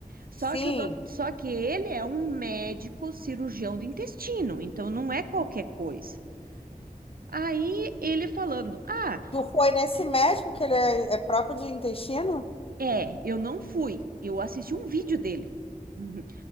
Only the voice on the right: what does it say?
Só
que o dout- só que ele é um médico cirurgião do intestino, então não é qualquer coisa. Aí ele falando, ah
É, eu não fui, eu assisti um vídeo dele. Uhum.